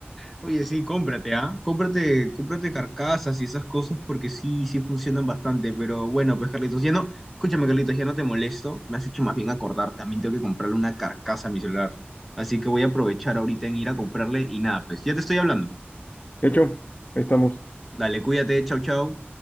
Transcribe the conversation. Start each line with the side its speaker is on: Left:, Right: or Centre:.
Centre: Oye, sí, cómprate, ¿ah? Cómprate, cómprate carcasas y esas cosas porque sí, sí funcionan bastante. Pero bueno, pues Carlitos, ya no, escúchame, Carlitos, ya no te molesto. Me has hecho más bien acordar. También tengo que comprarle una carcasa a mi celular. Así que voy a aprovechar ahorita en ir a comprarle y nada, pues ya te estoy hablando.
Left: <laughs> Hecho, ahí estamos.
Centre: Dale, cuídate, chau, chau.